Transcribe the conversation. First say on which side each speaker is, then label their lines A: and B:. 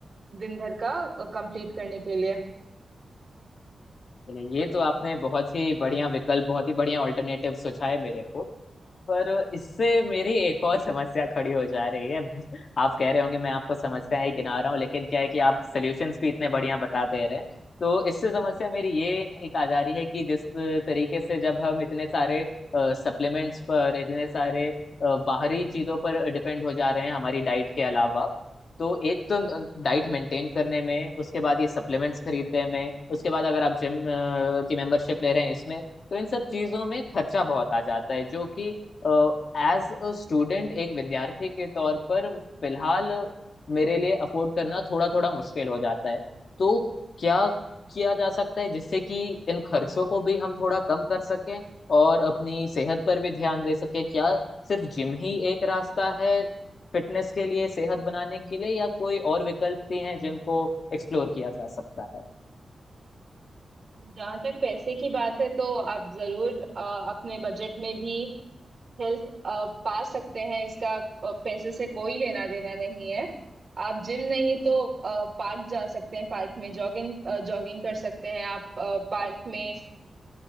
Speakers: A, on the right (about 45°); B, on the left (about 60°).
A: दिन भर का कंप्लीट करने के लिए
B: चलिए ये तो आपने बहुत ही बढ़िया विकल्प बहुत ही बढ़िया ऑल्टरनेटिव सोचा है मेरे को पर इससे मेरी एक और समस्या खड़ी हो जा रही है आप कह रहे होंगे मैं आपको समस्याएं गिना रहा हूँ लेकिन क्या है कि आप सॉल्यूशंस भी इतने बढ़िया बता दे रहे हैं तो इससे समस्या मेरी ये एक आ जा रही है कि जिस तरीके से जब हम इतने सारे सप्लीमेंट्स पर इतने सारे अ, बाहरी चीजों पर डिपेंड हो जा रहे हैं हमारी डाइट के अलावा तो एक तो डाइट मेंटेन करने में उसके बाद ये सप्लीमेंट्स खरीदने में उसके बाद अगर आप जिम की मेंबरशिप ले रहे हैं इसमें तो इन सब चीजों में खर्चा बहुत आ जाता है जो कि एज अ स्टूडेंट एक विद्यार्थी के तौर पर फिलहाल मेरे लिए अफोर्ड करना थोड़ा थोड़ा मुश्किल हो जाता है तो क्या किया जा सकता है जिससे कि इन खर्चों को भी हम थोड़ा कम कर सकें और अपनी सेहत पर भी ध्यान दे सकें क्या सिर्फ जिम ही एक रास्ता है फिटनेस के लिए सेहत बनाने के लिए या कोई और विकल्प भी हैं जिनको एक्सप्लोर किया जा सकता है
A: जहाँ तक पैसे की बात है तो आप जरूर अ, अपने बजट में भी हेल्थ पा सकते हैं इसका अ, पैसे से कोई लेना देना नहीं है आप जिम नहीं तो पार्क जा सकते हैं पार्क में जॉगिंग जॉगिंग कर सकते हैं आप पार्क में